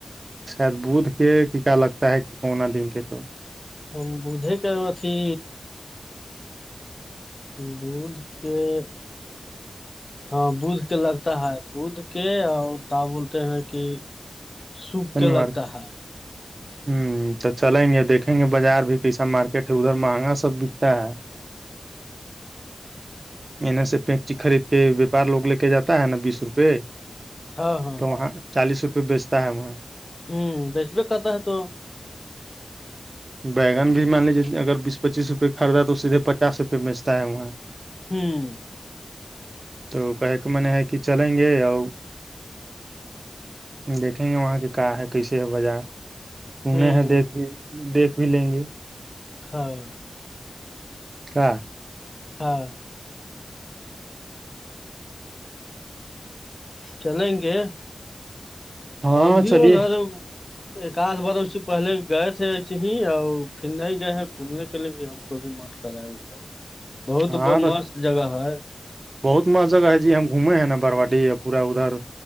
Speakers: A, on the right; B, on the left.
A: شاید بھ کے کیا لگتا ہے کہ کونا دن کے تو
B: ہم بجے کا اچھی دھ کے <unintelligible> ہاں بھ کے لگتا ہے بھ کے اور کیا بولتے ہیں کہ سوکھ
A: شنیوار
B: کے لگتا
A: <unintelligible>
B: ہے
A: ہوں تو چلیں گے دیکیں گے بازار بھی کیسا مارکیٹ ہے ادھر مہنگا سبتا <unintelligible> انے سے پینچی خرید کے وپار لوگ لے کے جاتا ہے نا بیس روپے
B: ہاں ہاں
A: تو وہاں چالیس روپئے بیچتا ہے وہاں
B: ہوں بیس بیکاتتاا آت تو <unintelligible>
A: ب بیگن بھی مان لیجیے اگر بیس پچیس روپئے خدا تو سیدھے پچاس روپئے بیچتا ہے وہاں
B: ہوں
A: تو کہے کے من ہے کہ چلیں گے اور دیکھیں گے وہاں کے کیا ہے کیسے ہے بازار سنے
B: ہوں
A: ہیں
B: ہوں
A: دیکھ بھی دیکھ بھی لیں گے
B: ہاں
A: کیا
B: ہاں چلیںن گے
A: ہاں
B: ہم بھی
A: چلیے
B: وہ ادھر <unintelligible> ایک آدھ بار اسے پہلے گئے تھے ایسے ہی اور پھر نہیں گئے ہیں گھومنے کے لیے بھی ہم کو بھی من کرا ادھر بہت
A: ہاں تو
B: مست جگہ ہے
A: بہت مست جگہ ہے جی ہم گھومے ہیں نا برواڈییا پورا ادھر